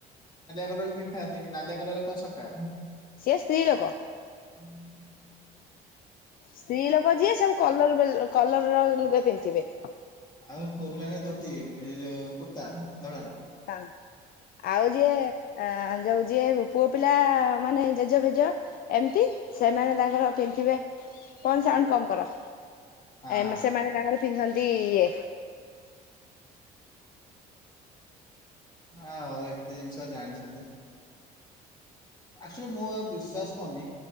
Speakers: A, on the left; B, on the left.
A: କଲର ବି ପିନ୍ଧିଥାନ୍ତି, ନାଲିଆ କଲର କଣ ଛକା?
B: ସିଏ ସ୍ତ୍ରୀ ଲୋକ।
A: <inaudible>
B: ସ୍ତ୍ରୀ ଲୋକ ଯିଏ ସବୁ କଲର କଲର ଲୁଗା ପିନ୍ଧିଥିବେ
A: ଆଉ ପୁଅପିଲା ମାନେ ଧୋତି ଯୋଉ କୁର୍ତ୍ତା ଧଳାର
B: ହଁ ଆଉ ଯିଏ ଅ ଯୋଉ ଯିଏ ପୁଅ ପିଲା ମାନେ ଜେଜ ଫେଜ ଏମତି, ସେମାନେ ତାଙ୍କର ପିନ୍ଧିଥିବେ ଫୋନ ସାଉଣ୍ଡ କମ କର।
A: ହଁ
B: ଏମ୍ ସେମାନେ ତାଙ୍କର ପିନ୍ଧନ୍ତି ଇଏ।
A: ଆଁ ହଉ ଏତେ ଜିନିଷ ଜାଣିଛନ୍ତି। ଆକ୍ଚୁଆଲି ମୁଁ ଆଉ ବିଶ୍ଵାସ କରୁନି